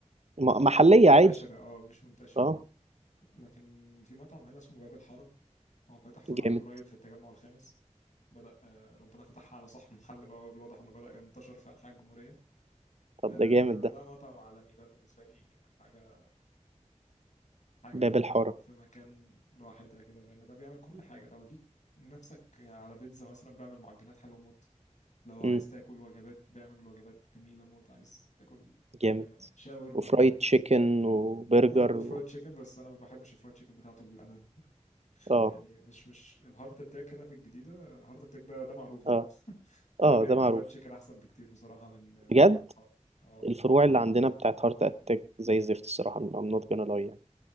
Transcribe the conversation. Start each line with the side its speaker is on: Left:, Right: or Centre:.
Right: م- محلية
Left: مش منتشره
Right: عادي
Left: اه مش منتشره
Right: اه
Left: لكن في مطعم هنا اسمه باب الحاره هو فاتح فرع
Right: جامد
Left: قريب في التجمع الخامس بدأ آه، ربنا فتحها على صاحب المحل بقى والواضح انه بدأ ينتشر في أنحاء الجمهورية
Right: طب
Left: آه،
Right: ده جامد ده
Left: ده مطعم عالمي ده بالنسبة لي حاجة حاجة
Right: باب الحارة
Left: في مكان لوحدها كده لأن ده بيعمل كل حاجة لو ليك نفسك على بيتزا مثلا بيعمل معجنات حلوة موت لو عايز
Right: امم
Left: تاكل وجبات بيعمل وجبات جميلة موت عايز تاكل
Right: جامد
Left: آه، شاورما
Right: وفرايد تشيكن وبرجر
Left: عنده
Right: و...
Left: فرايد تشيكن بس انا ما بحبش الفرايد تشيكن بتاعته للامانه
Right: اه
Left: يعني مش مش الهارت اتاك هنا في الجديده هارت اتاك ده ده معروف ده
Right: اه
Left: ده
Right: اه
Left: بيعمل
Right: ده معروف
Left: فرايد تشيكن احسن بكتير بصراحه من من
Right: بجد
Left: باب الحاره اه
Right: الفروع اللي عندنا بتاعت هارت اتاك زي الزفت الصراحه I'm not gonna lie يعني